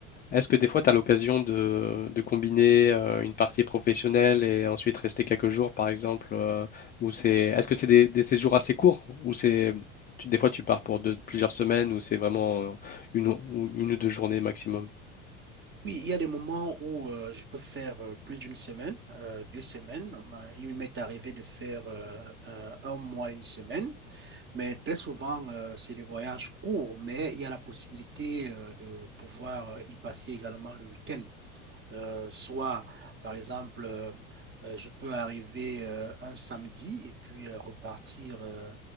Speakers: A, on the left; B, on the right.
A: Est-ce que des fois, tu as l'occasion de, de combiner euh, une partie professionnelle et ensuite rester quelques jours, par exemple, euh, ou c'est, est-ce que c'est des, des séjours assez courts ou c'est, tu- des fois, tu pars pour deux- plusieurs semaines ou c'est vraiment euh, une, ou ou une ou deux journées maximum?
B: Oui, il y a des moments où euh, je peux faire euh, plus d'une semaine, euh, deux semaines. Euh, Il m'est arrivé de faire euh, euh, un mois, une semaine, mais très souvent, euh, c'est des voyages courts, mais il y a la possibilité euh, de pouvoir euh, y passer également le week-end. Euh, soit, par exemple, euh, euh, je peux arriver euh, un samedi et puis euh, repartir euh,